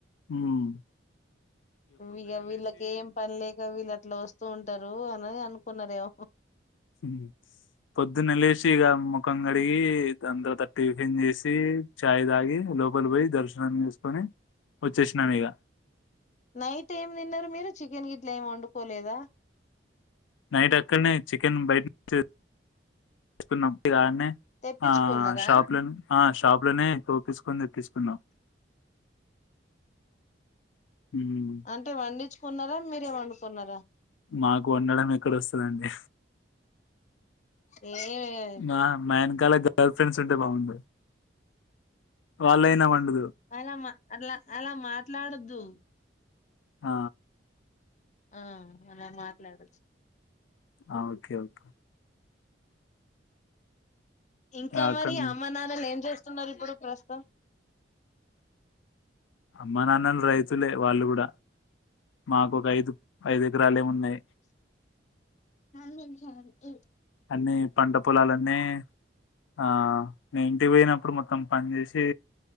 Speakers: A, on the left; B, on the left.
A: మ్మ్
B: ఇగ వీళ్ళకి ఏం పనిలేక వీళ్ళ అట్లా వస్తూ ఉంటారు అని అనుకున్నారేమో
A: మ్మ్ పొద్దున్నె లేసి ఇగ ముఖం కడిగి దాని తర్వాత టిఫిన్ చేసి చాయ్ తాగి లోపలి పోయి దర్శనం చేసుకొని వచ్చేసినాం ఇగ
B: నైట్ ఏం తిన్నారు మీరు చికెన్ గిట్ల ఏం వండుకోలేదా
A: నైట్ అక్కడనే చికెన్ బయట <unintelligible> ను తీకున్నప్పు ఇ గా అనే
B: తెప్పించుకున్నారా
A: ఆ షాప్ లో ఆ షాప్ లోనే తోపిసుకొని తెప్పసుకున్నాం మ్మ్
B: అంటే వండించుకున్నారా మీరే వండుకున్నారా
A: మాకు వండడం ఎక్కడ వస్తదండి
B: ఏమి లేదు
A: మా మా వెనకాల గర్ల్ ఫ్రెండ్స్ ఉంటే బాగుండు వాళ్ళయినా ఉంద్
B: అలా మా అట్ల అలా మాట్లాడద్దు
A: ఆ
B: ఆ అనని మాట్లాడొచ్చు
A: ఆ ఓకే ఓకే
B: ఇంకా
A: అక్కడ
B: మరి అమ్మ నాన్నలేం చేస్ స్తున్నారిప్పుడు ప్రస్తుతం.
A: అమ్మ నాన్నలు రైతులే వాళ్ళు కూడా. మాకు ఒక ఐదు ఐదు ఎకరాలే ఉన్నాయి.
B: <inaudible>
A: అన్ని పంట పొలాలన్నీ. ఆ నేను ఇంటికి పోయినప్పుడు మొత్తం పని చేేసి